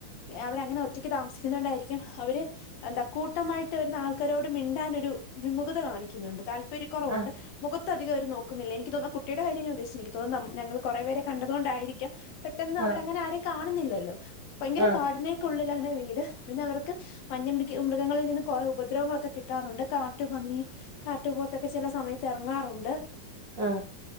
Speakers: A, on the left; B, on the right.
A: അവരങ്ങനെ ഒറ്റക്ക് താമസിക്കുന്നൊണ്ടാരിക്കും അവര് എന്ത കൂട്ടമായിട്ട് വരുന്ന ആൾക്കാരോട് മിണ്ടാൻ ഒരു വിമുഖത കാണിക്കുന്നുണ്ട് താല്പര്യക്കുറവുണ്ട്
B: ആഹ്
A: മുഖത്ത് അധികം അവർ നോക്കുന്നില്ല എനിക്ക് തോന്ന കുട്ടിടെ കാര്യ ഞാ ഉദ്ദേശിച്ച് നിക് തോന്ന് ഞങ്ങള് കുറെവെരെ കണ്ടതുകൊണ്ടായിരിക്കാം പെട്ടെന്ന് അവരങ്ങനെ
B: ആഹ്
A: ആരേം കാണുന്നില്ലല്ലോ ഭയങ്കര
B: ആഹ്
A: കാടിനെ ക്കുള്ളിലാണ് വീട് പിന്നെ അവർക്ക് വന്യമൃ <unintelligible> മൃഗങ്ങളിൽ നിന്ന് കുറെ ഉപദ്രവങ്ങളൊക്കെ കിട്ടാറുണ്ട് കാട്ടുപന്നി കാട്ടുപോത്തൊക്കെ ചെല സമയത്ത് എറങ്ങാറുണ്ട്
B: ആഹ്